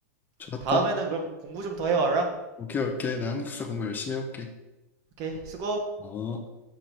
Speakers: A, on the left; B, on the right.
A: 좋았다.
B: 다음에는 그럼 공부 좀 더 해와라.
A: 오케이, 오케이. 나 한국사 공부 열심히 해볼게.
B: 오케이 수고.
A: 어.